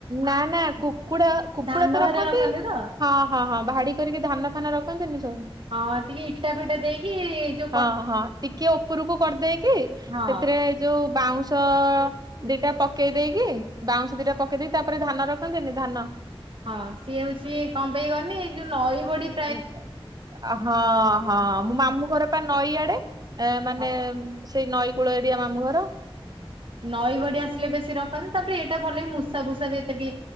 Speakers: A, on the right; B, on the right.
A: ନା
B: ଆଉ
A: ନା କୁକୁଡା କୁକୁଡା
B: ଧାନ
A: ତ ରଖନ୍ତି
B: ହେରା ତ?
A: ହଁ। ହଁ ହଁ ଭାଡ଼ି କରିକି ଧାନ ଫାନ ରଖନ୍ତିନି ସବୁ।
B: ହଁ ଟିକେ ଇଟା ଫିଟା ଦେଇକି ଯୋଉ
A: ହଁ
B: ପ
A: ହଁ ଟିକେ ଉପରକୁ କରିଦେଇକି
B: ହଁ।
A: ହେ ଯୋଉ ବାଉଁଶ ଦିଟା ପକେଇ ଦେଇକି ବାଉଁଶ ଦିଟା ପକେଇ ଦେଇ ତାପରେ ଧାନ ରଖନ୍ତିନି ଧାନ
B: ହଁ ସିଏ ହଉଚି କଣ ପାଇଁ କହନି ଏଇ ଯୋଉ ନଈ ବଢ଼ି
A: <inaudible> ହଁ। ହଁ ମୁଁ ମାମୁଁ ଘର ପା ନଈ ଆଡ଼େ ଏ ମାନେ
B: ହଁ
A: ସେଇ ନଈ କୂଳ ଏରିଆ ମାମୁଁ ଘର।
B: ନଈ ବଢ଼ି ଆସିଲେ ବେଶୀ ରଖନ୍ତି ତାପରେ ଏଇଟା ଭଲ ମୂଷା ଫୁଷା ବି ଏତେ ଟି